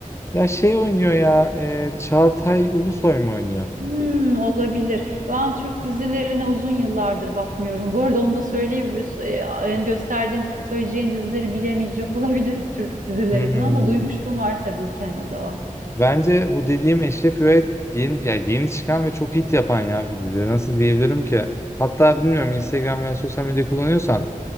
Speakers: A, on the left; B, on the right.
A: Ya şey oynuyor ya e, Çağatay Ulusoy mu oynuyor?
B: Hmm, olabilir. Ben Türk dizilerine uzun yıllardır bakmıyorum. Bu arada onu da söyleyeyim. Üs- e, Yani gösterdiğin, söyleyeceğin dizileri bilemeyecek <laughs> olabilir Türk dizilerinden
A: Hmm.
B: ama duymuşluğum var tabii ki hani o da var.
A: Bence bu dediğim Eşref Rüet yeni, ya yeni çıkan ve çok hit yapan ya bir dizi. Nasıl diyebilirim ki? Hatta bilmiyorum Instagram veya sosyal medya kullanıyorsan